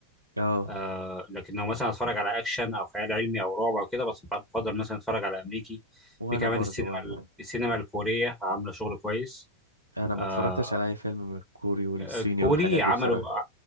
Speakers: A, on the right; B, in the centre.
A: اه
B: آه لكن لو مثلا هتفرج على اكشن او خيال علمي او رعب او كده بس بفضل مثلا اتفرج على امريكي
A: وانا
B: في كمان
A: برضو
B: السينما
A: وانا
B: السينما الكوريه عامله شغل كويس
A: انا ما
B: آه
A: اتفرجتش على اي فيلم من الكوري والصيني
B: آه، كوري
A: والحاجات دي
B: عملوا
A: بصراحة
B: آه،